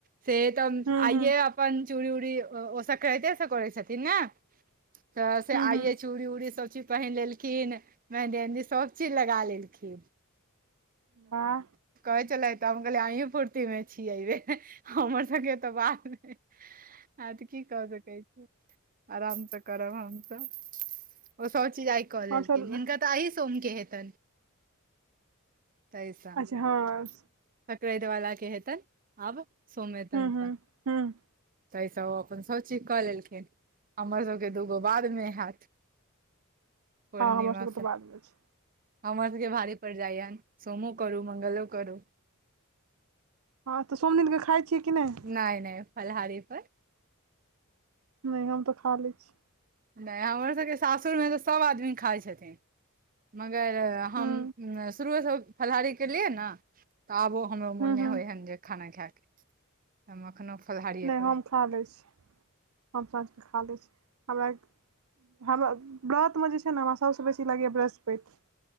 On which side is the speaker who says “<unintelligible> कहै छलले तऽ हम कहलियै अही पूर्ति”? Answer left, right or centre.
Right